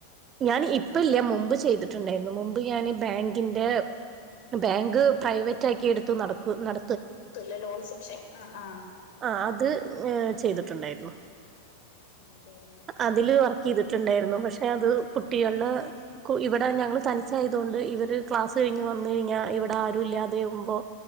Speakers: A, on the right; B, on the left.
A: ഞാന് ഇപ്പ ല്ല മുമ്പ് ചെയ്തിട്ടുണ്ടായിരുന്നു മുമ്പ് ഞാന് ബാങ്കിന്റെ ബാങ്ക് പ്രൈവറ്റ്ആക്കി എടുത്തു നടക്കു നട
B: തുലേ ലോൺ സെക്ഷൻ ആ ആ
A: ആഹ് അത് ചെയ്തിട്ടുണ്ടായിരുന്നു
B: അതെല്ലെ
A: അതില് വർക്ക് ചെയ്തിട്ടുണ്ടായിരുന്നു പക്ഷെ അത് കുട്ടികള് ഇവിടെ ഞങ്ങൾ തനിച്ചായതുകൊണ്ട് ഇവര് ക്ലാസ് കഴിഞ് വന്നു കഴിഞ്ഞാ ഇവിടെ ആരും ഇല്ലാതെ കുമ്പോ